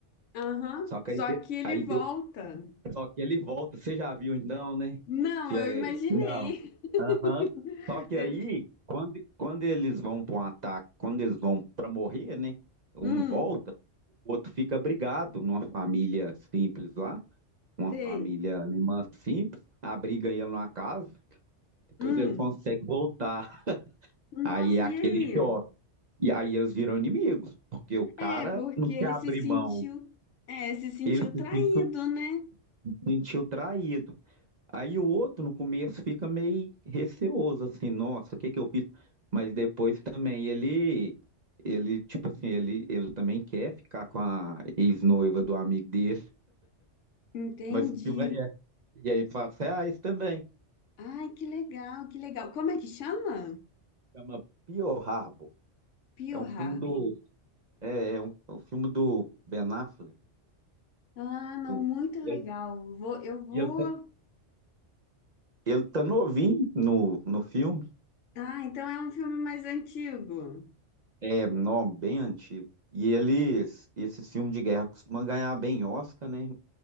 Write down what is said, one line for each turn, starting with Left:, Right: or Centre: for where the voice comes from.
Left: aham,
Right: Só que
Left: só
Right: aí, de-
Left: que ele
Right: aí
Left: volta.
Right: de- Só que ele volta, você já viu então, né?
Left: Não,
Right: Já
Left: eu
Right: é-
Left: imaginei.
Right: Não.
Left: <laughs>
Right: Aham. Só que
Left: Você-
Right: aí, quando, quando eles vão para um ataque, quando eles vão para morrer, né? Um
Left: Hum,
Right: volta, o outro fica brigado numa família simples lá, uma
Left: sei.
Right: família alemã simples, abriga ele numa casa, depois
Left: Hum,
Right: ele consegue voltar.
Left: nossa,
Right: Aí é aquele
Left: e aí?
Right: choque. E aí eles viram inimigos, porque o cara
Left: É, porque
Right: não quer
Left: ele
Right: abrir
Left: se sentiu,
Right: mão.
Left: é, se sentiu
Right: Ele se
Left: traído,
Right: sentiu,
Left: né?
Right: se sentiu traído. Aí o outro no começo fica meio receoso, assim, nossa, o que que eu fiz? Mas depois também ele, ele, tipo assim, ele, ele também quer ficar com a ex-noiva do amigo dele.
Left: Entendi.
Right: Mas o filme é, é- e é em fatos reais também.
Left: Ai, que legal, que legal. Como é que chama?
Right: Chama Pearl Harbor.
Left: Pearl
Right: É um filme
Left: Harbor.
Right: do, é, é um, é um filme do Ben Affleck.
Left: Ah, não,
Right: O-
Left: muito legal.
Right: ele,
Left: Vou, eu vou.
Right: ele, tá- ele tá novinho no, no filme.
Left: Ah, então é um filme mais antigo.
Right: É, não, bem antigo. E eles, esse filme de guerra costuma ganhar bem Oscar, né?